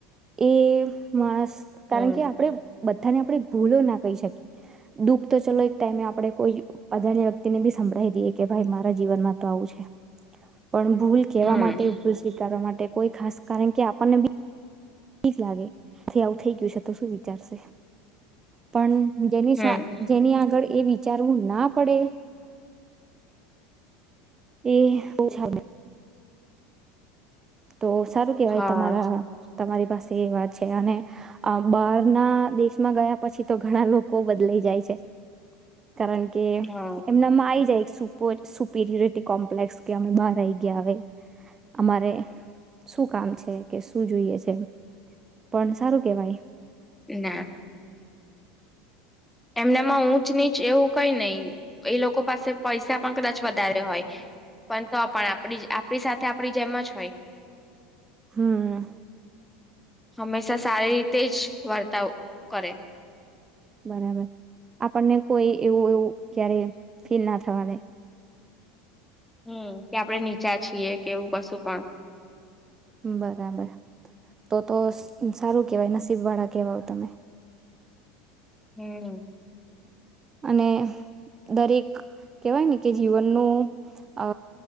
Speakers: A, on the right; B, in the centre.
A: એ માણસ
B: હમ
A: કારણ કે આપડે બધાને આપણે ભૂલો ના કઈ શકીએ. દુઃખ તો ચલો એક ટાઈમે આપણે કોઈ અજાણ્યા વ્યક્તિને બી સંભળાવી દઈએ કે ભાઈ મારા જીવનમાં તો આવું છે. પણ ભૂલ કહેવા
B: હમ
A: માટે, ભૂલ સ્વીકારવા માટે કોઈ ખાસ કારણ કે આપણને બી પીસ લાગે છે આવું થઈ ગયું છે તો શું વિચારશે? પણ જેની
B: હમ
A: સા જેની આગળ એ વિચારવું ના પડે? એ બો છે. તો સારું કેવાય
B: હા
A: તમારા તમારી પાસે એ વાત છે અને અ બહારના દેશમાં ગયા પછી તો ઘણા લોકો બદલાઈ જાય છે. કારણ કે,
B: હા
A: એમનામાં આઈ જાય સુપર સુપિરરિટી કોમ્પ્લેક્સ કે અમે બહાર આઈ ગયા આવે અમારે શું કામ છે? કે શું જોઈએ છે? પણ સારું કેવાય.
B: ના એમનામાં ઊંચ-નીચ એવું કંઈ નઈ. એ લોકો પાસે પૈસા પણ કદાચ વધારે હોય, પણ તો પણ આપણી આપણી સાથે આપડી જેમ જ હોય.
A: હમ
B: હંમેશા સારી રી તે જ વર્તાવ કરે.
A: બરાબર આપણને હોય એવું એવું ક્યારે ફીલ ના થવા દે
B: હમ કે આપડણે નીચા છીએ કે એવું કશું પણ
A: બરાબર તો તો સારું કેવાય નસીબ વાળા કેવાય તમે
B: હમ
A: અને દરેક કેહેવાય ને કે જીવનનું અ